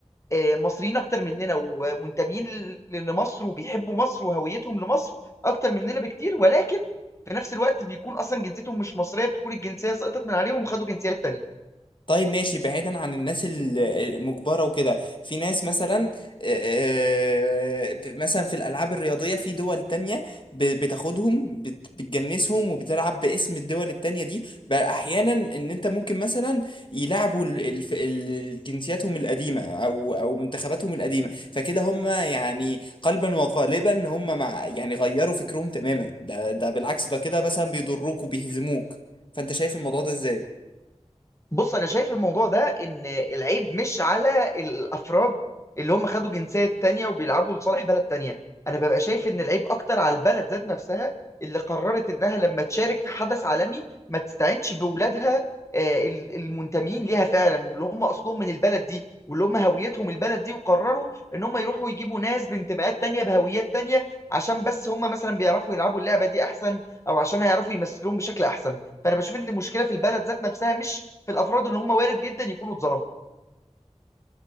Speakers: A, on the left; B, on the left.
A: آه، مصريين اكتر مننا ومنتمين ل- لمصر وبيحبوا مصر وهويتهم لمصر اكتر مننا بكتير ولكن في نفس الوقت بيكون اصلا جنسيتهم مش مصريه بتكون الجنسيه سقطت من عليهم وخدوا جنسيات تانية
B: طيب ماشي بعيدا عن الناس ال- المجبرة وكده في ناس مثلا آه، آه، مثلا في الألعاب الرياضية في دول تانية ب- بتاخدهم بت- بتجنسهم وبتلعب باسم الدول التانية دي بقى أحيانا إن أنت ممكن مثلا يلعبوا ال- الف- ال- جنسياتهم القديمة أو أو منتخباتهم القديمة فكده هم يعني قلبا وقالبا هم مع يعني غيروا فكرهم تماما ده ده بالعكس ده كده مثلا بيضروك وبيهزموك فأنت شايف الموضوع ده إزاي؟
A: بص انا شايف الموضوع ده ان العيب مش على الافراد اللي هم خدوا جنسية تانية وبيلعبوا لصالح بلد تانية انا ببقى شايف ان العيب اكتر على البلد ذات نفسها اللي قررت انها لما تشارك في حدث عالمي ما تستعينش بولادها آه، ال- المنتمين ليها فعلا واللي هم اصلهم من البلد دي واللي هم هويتهم البلد دي وقرروا ان هم يروحوا يجيبوا ناس بانتماءات تانية بهويات تانية عشان بس هم مثلا بيعرفوا يلعبوا اللعبة دي احسن او عشان هيعرفوا يمثلوهم بشكل احسن فانا بشوف ان المشكلة في البلد ذات نفسها مش في الافراد اللي هم وارد جدا يكونوا اتظلموا